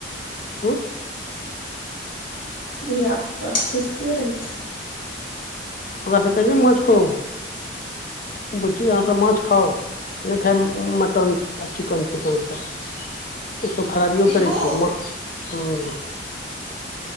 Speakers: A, on the left; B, on the left.
A: हँ?
B: धिया पुता तऽ खुजिते रहै छै।
A: ओकाऽ सबके कहियौ न माछ खाउ, बुच्ची अहॉं सब माछ खाउ। नैय खैब मऽ-मटन आ चिकन तिकन सब। ओ सब खराबिओ
B: पिहू
A: करै छै, मऽ-हॉं।